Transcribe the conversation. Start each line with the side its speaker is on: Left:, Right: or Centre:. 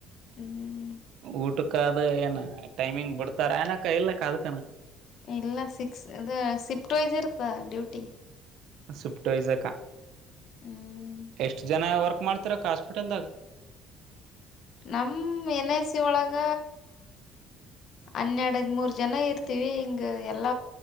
Left: ಹ್ಮ್
Right: ಊಟ. ಅಕ್ಕ ಅದು ಏನ ಟೈಮಿಂಗ್ ಬಿಡ್ತಾರ ಅಏನಕ್ಕ ಇಲ್ಲಕ್ಕ ಅದಕನು.
Left: ಇಲ್ಲ ಸಿಕ್ಸ್ ಇದು ಶಿಫ್ಟ್ ವೈಸ್ ಇರ್ತ್ತ ಡ್ಯೂಟಿ.
Right: ಶ್ಫ್ಟಫ್ಟ್ ವೈಸ್
Left: ಹ್ಮ್
Right: ಎಷ್ಟ್ ಜನ ವರ್ಕ್ ಮಾಡ್ತರಕ್ಕ ಹಾಸ್ಪಿಟಲ್ದಾಗ
Left: ನಮ್ಮ ಎನ್ ಎ ಸಿ ಒಳಗ ಹನ್ನೆರಡು ಅದಿಮೂರು ಜನ ಇರ್ತೀವಿ ಹಿಂಗ ಎಲ್ಲ